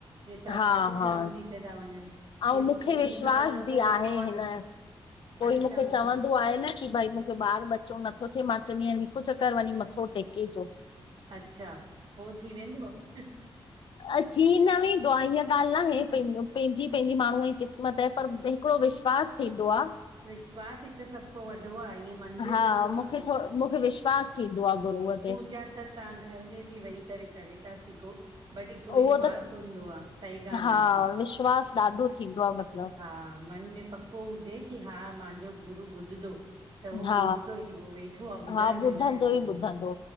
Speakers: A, on the right; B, on the left.
A: जेतिरा
B: हा
A: खाटू
B: हा
A: श्याम जी ते था वञनि।
B: ऐं
A: हिस
B: मूंखे
A: हिन
B: विश्वास
A: साल जो
B: बि
A: त रिकॉर्ड
B: आहे हिन।
A: आ
B: कोई
A: खाटू
B: मूंखे
A: श्याम
B: चवंदो
A: जी में
B: आहे न कि भई ॿार बचो नथो थिए। मां चवंदी आहियां हिकु चक्कर वञी मथो टेके कणों।
A: अच्छा, पो थी वेंदो आहे?
B: अच्छा। थी न वेंदो आहे। हिअं ॻाल्हि न आहे पंहिंजो पंहिंजी पंहिंजी माण्हूअ जी क़िस्मत आहे पर हिकिड़ो विश्वास थींदो आहे।
A: विश्वास ई त सभु को वॾो आहे ईअ मंदिर
B: हा
A: वंदिर
B: मूंखे थोरो मूंखे विश्वास थींदो आहे गुरूअ जो।
A: पूजा त तव्हां घर में बि वेही करे करे था सिघो। बट हिकु विश्वास
B: उहो त
A: हूंदो आहे। सही ॻाल्हि
B: हा
A: आहे भई।
B: विश्वास ॾाढो थींदो आहे मतिलबु
A: हा मन में पक हू हुजे की हा माहिंजो, गुरू ॿुधदो त हू
B: हा
A: ॿुधदो ई होवे। सुठो आ ॿुधण
B: हा
A: जे
B: ॿुधंदो
A: लाइ सभिनि
B: ई ॿुधंदो
A: जो।